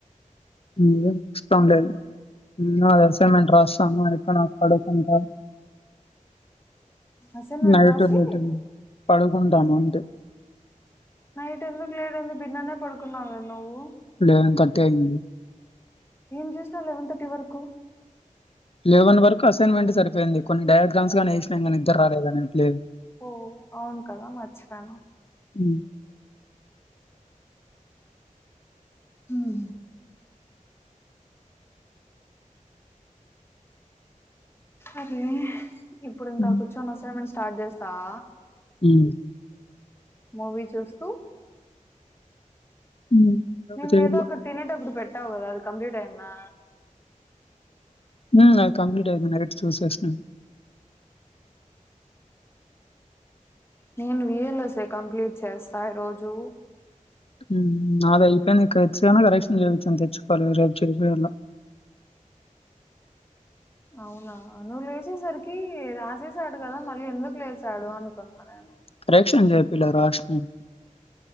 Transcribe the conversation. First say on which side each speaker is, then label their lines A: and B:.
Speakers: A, on the left; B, on the left.
A: హ ఇష్టం లేదు ఏదో అసైన్మెంట్ రాస్తాను అయిప్ నా కొడుకు ఉంటా
B: అసైన్మెంట్
A: నైటు
B: రాసి
A: లేట్ అయింది పడు ఉంటాను ఉంటే
B: నైట్ ఎందుకు లేట్ అయింది బిన్ననే పడుకున్నావు కదా నువ్వు
A: నేను కట్టే ఆయనను.
B: ఏం చేసినవ్ లెవెన్ థర్టీ వరకు
A: లేవన్ వరకు అసైన్మెంట్ సరిపోయింది కొన్ని డయాగ్రామ్స్ గని వేసినం కానీ నిద్దర రాలేదని ఇ
B: ఓ అవును కదా మర్చిపోయాను
A: హ్మ్
B: హ్మ్ అరే ఇప్పుడు ఇంకా
A: హ్మ్
B: కూచొన్న అసైన్మెంస్ స్టార్ట్ చేస్తావా
A: మ్
B: మూవీ చూస్తూ
A: హ్మ్ ఎవరు
B: దీన్
A: చేయట్లా
B: మీద ఒకట్ తినేటప్పుడు పెట్ తావు కదా అది కంప్లీట్ అయ్యిందా
A: మ్ కంప్లీట్ అయింది నైట్ చూసేసినాను
B: నేను విఎల్ఎస్ఎ కంప్లీట్ చేస్తా ఈ రోజు
A: హ్మ్ నాది అయిపోయింది కరెక్షన్ కరెక్షన్ చేయించు కొని తెచ్చుకోవాలే <inaudible>
B: అవునా నువ్వు లేసేసరికి రాసేసాడు కదా మళ్ళీ ఎందుకు లేచాడు అనుకున్నా నేను
A: కరెక్షన్ నేన్ చెపియలేదు రశ్నను